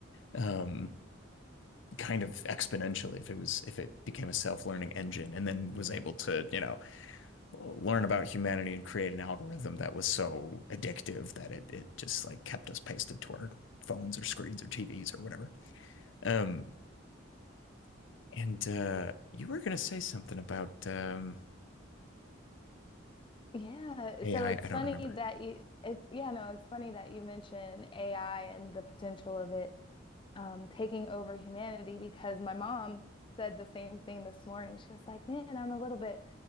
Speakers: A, on the left; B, on the left.
A: um, kind of exponentially if it was if it became a self-learning engine and then was able to you know learn about humanity and create an algorithm that was so addictive that it it just like kept us pasted to our phones or screens or TVs or whatever. Um, And uh, you were gonna say something about um,
B: Yeah,
A: AI.
B: so it's
A: I I don't
B: funny
A: remember.
B: that you it's yeah, no, it's funny that you mention AI and the potential of it um, taking over humanity because my mom said the same thing this morning. She was like, "Man, I'm a little bit